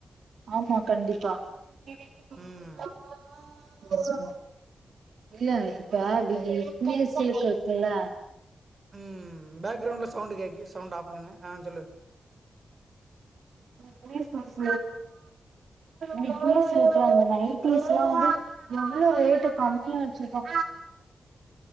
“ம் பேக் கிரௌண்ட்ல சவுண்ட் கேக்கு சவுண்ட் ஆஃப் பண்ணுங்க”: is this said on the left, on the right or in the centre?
Right